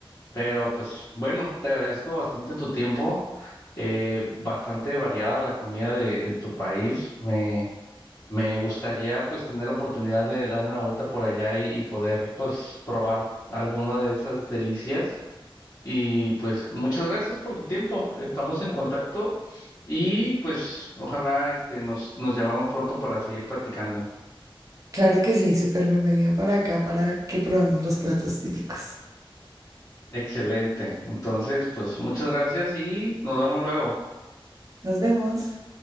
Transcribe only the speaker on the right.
Claro que sí, súper bienvenido para acá para que probemos los platos típicos.
Nos vemos.